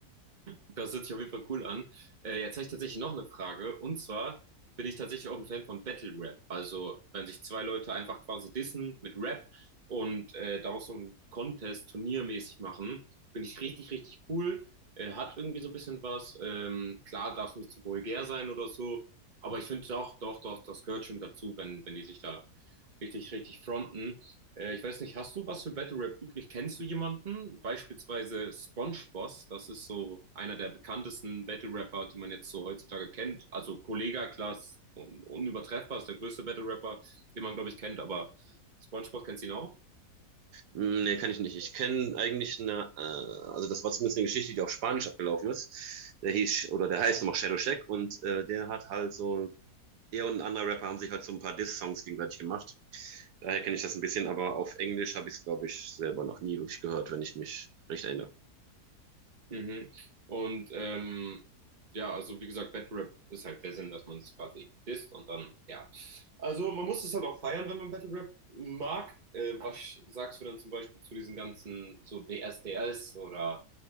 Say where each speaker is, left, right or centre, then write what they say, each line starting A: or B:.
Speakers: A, on the right; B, on the right.
A: Das hört sich auf jeden Fall cool an. Äh, jetzt habe ich tatsächlich noch eine Frage. Und zwar bin ich tatsächlich auch ein Fan von Battle Rap. Also, wenn sich zwei Leute einfach quasi dissen mit Rap und äh, daraus so ein Contest turniermäßig machen, finde ich richtig, richtig cool. Äh, hat irgendwie so ein bisschen was. Ähm, klar, darf es nicht zu vulgär sein oder so. Aber ich finde doch, doch, doch, das gehört schon dazu, wenn, wenn die sich da richtig, richtig fronten. Äh, ich weiß nicht, hast du was für Battle Rap übrig? Kennst du jemanden? Beispielsweise SpongeBob. das ist so einer der bekanntesten Battle Rapper, die man jetzt so heutzutage kennt. Also Kollega, klar, ist un unübertreffbar, ist der größte Battle Rapper, den man, glaube ich, kennt, aber SpongeBob kennst du ihn auch?
B: Mm, Nee, kann ich nicht. Ich kenne eigentlich eine, äh, also das war zumindest eine Geschichte, die auf Spanisch abgelaufen ist. Der hieß, oder der heißt nochmal Shadow Shack und äh, der hat halt so, er und ein anderer Rapper haben sich halt so ein paar Diss-Songs gegenseitig gemacht. Daher kenne ich das ein bisschen, aber auf Englisch habe ich es, glaube ich, selber noch nie wirklich gehört, wenn ich mich recht erinnere.
A: Mhm. Und ähm, ja, also wie gesagt, Battle Rap ist halt der Sinn, dass man das quasi disst und dann, ja. Also man muss es halt auch feiern, wenn man Battle Rap mag. Äh, was sagst du dann zum Beispiel zu diesen ganzen, so DSDS oder